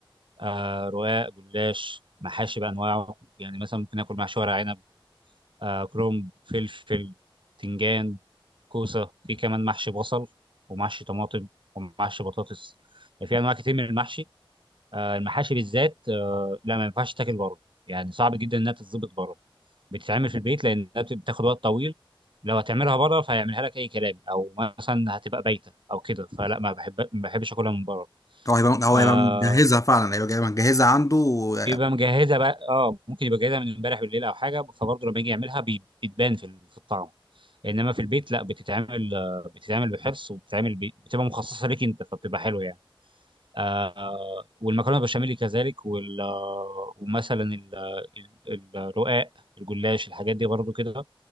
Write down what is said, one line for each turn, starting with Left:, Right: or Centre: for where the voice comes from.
Right: آه رقاق جلاش محاشي بانواعه يعني مثلا ممكن اكل محشي ورق عنب آه كرنب فلفل تنجان كوسه في كمان محشي بصل ومحشي طماطم ومحشي بطاطس يعني في انواع كتير من المحشي آه، المحاشي بالذات آه، لا ما ينفعش تاكل بره يعني صعب جدا انها تتظبط بره بتتعمل في البيت لانها بت- بتاخد وقت طويل لو هتعملها بره فهيعملها لك اي كلام او مثلا هتبقى بايته او كده فلا ما بحب ما بحبش اكلها من بره
Left: هو هيبقى هو
Right: آه
Left: هيبقى مجهزها فعلا هيبقى جايبها- مجهزها عنده و-
Right: بيبقى مجهزه بقى اه ممكن يبقى جاهزه من امبارح بالليل او حاجه فبرضه لما يجي يعملها بي- بتبان في ال- في الطعم انما في البيت لا بتتعمل آه، بتتعمل بحرص وبتتعمل بي- بتبقى مخصصه ليك انت فبتبقى حلوه يعني آه والمكرونه بشاميل كذلك وال آه، ومثلا ال- ال- الرقاق الجلاش الحاجات دي برضو كده